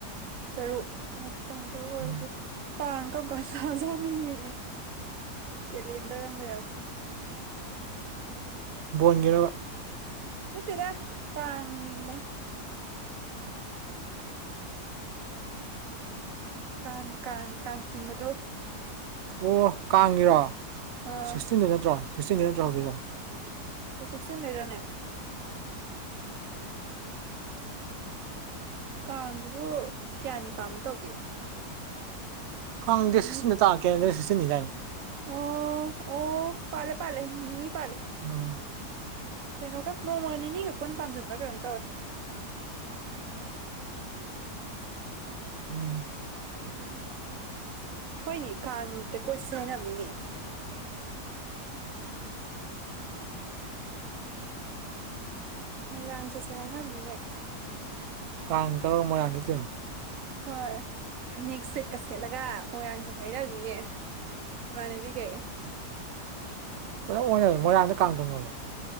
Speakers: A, on the right; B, on the right.
A: ꯇꯔꯨꯛ ꯑꯣ ꯀ ꯇꯔꯨꯛ ꯑꯣꯏꯔꯗꯤ
B: ꯎꯝ
A: ꯀꯥꯡ ꯀꯀ ꯇꯥꯖꯥꯅꯨꯏ ꯀꯦꯂꯦꯟꯗꯔ ꯑꯃ ꯂꯩꯔꯦ
B: ꯕꯣꯟꯒꯤꯅꯣ
A: ꯁꯠꯇꯗ ꯀꯥꯡ ꯌꯦꯡꯕꯅꯤ ꯀꯥꯡ ꯀꯥꯡ ꯀꯥꯡ ꯆꯤꯡꯕꯗꯣ
B: ꯑꯣ ꯀꯥꯡꯉꯔꯣ
A: ꯑꯥ
B: ꯁꯤꯛꯁꯇꯤꯟꯗ ꯅꯠꯇ꯭ꯔꯣ ꯁꯤꯛꯁꯇꯤꯟꯗꯩ ꯅꯠꯇ꯭ꯔꯣ ꯍꯧꯖꯤꯔꯣ
A: ꯁꯤꯛꯁꯇꯤꯟ ꯍꯥꯏ꯭ꯔꯔꯅꯦ ꯀꯥꯡꯁꯤꯕꯨ ꯀꯌꯥꯅꯤ ꯄꯥꯅ ꯇꯧꯒꯦ
B: ꯀꯪꯗꯦ
A: ꯅꯤꯅꯤ
B: ꯁꯤꯁꯇꯤꯟꯗ ꯇꯥꯛꯛꯀꯦꯗ ꯁꯤꯁꯇꯤꯟꯅꯤꯗꯏꯅꯦ
A: ꯑꯣ ꯑꯣ ꯄꯥꯜꯂ‌ꯦ ꯄꯥꯜꯂꯦ ꯅꯤ ꯅꯤ ꯄꯥꯜꯂ‌ꯦ꯫
B: ꯎꯝ꯫
A: ꯀꯩꯅꯣꯒ ꯅꯣꯡꯃ ꯅꯤꯅꯤꯒ ꯄꯨꯟ ꯄꯥꯟꯖꯤꯟꯕꯥ꯭ꯔꯥ ꯀꯩꯅꯣꯝ ꯇꯧꯋꯦ꯫
B: ꯎꯝ꯫
A: ꯎꯝ ꯍꯣꯏꯅꯦ ꯀꯥꯡꯇ ꯀꯣꯏꯆꯠꯁꯤ ꯍꯥꯏꯅꯕꯅꯤꯅꯦ꯫ ꯃꯣꯏꯔꯥꯡ ꯆꯠꯁꯦ ꯍꯥꯏꯅꯕꯅꯤꯅꯦ꯫
B: ꯀꯥꯡ ꯇꯧꯔꯒ ꯃꯣꯏꯔꯥꯡ ꯆꯠꯇꫭꯏꯔꯣ꯫
A: ꯍꯣꯏ ꯐꯅꯦꯛ ꯁꯦꯠꯀ ꯁꯦꯠꯂꯒ ꯃꯣꯏꯔꯥꯡ ꯆꯠꯁ‌ꯦ ꯍꯥꯏꯅꯕꯅꯤꯅꯦ꯫ ꯏꯃꯥꯅꯕꯤꯒꯩ꯫
B: <unintelligible> ꯃꯣꯏꯔꯥꯡꯗ ꯀꯥꯡ ꯇꫭꯡꯅꯕ‌꯭ꯔꫭ꯫